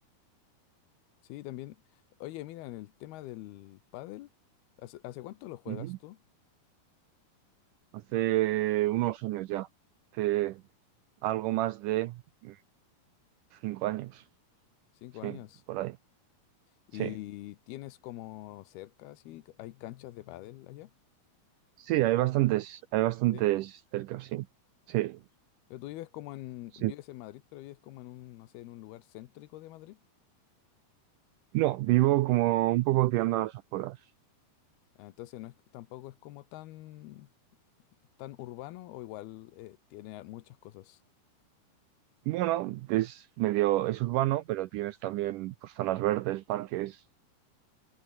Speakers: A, on the left; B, on the right.
A: Sí, también. Oye, mira, en el tema del pádel, ¿hace, hace cuánto lo juegas
B: Ujú.
A: tú?
B: Hace unos años ya, hace algo más de mm, cinco años,
A: Cinco
B: sí,
A: años.
B: por ahí.
A: ¿Y
B: Sí,
A: tienes como cerca, así, hay canchas de pádel allá?
B: sí, hay bastantes, hay bastantes
A: Sí.
B: cerca, sí. Sí.
A: Pero tú vives como en,
B: Sí.
A: vives en Madrid, pero vives como en un, no sé, en un lugar céntrico de Madrid.
B: No, vivo como un poco tirando a las afueras.
A: Ah, Entonces no es, tampoco es como tan, tan urbano o igual eh, tiene muchas cosas.
B: Bueno, es medio, es urbano, pero tienes también pues, zonas verdes, parques.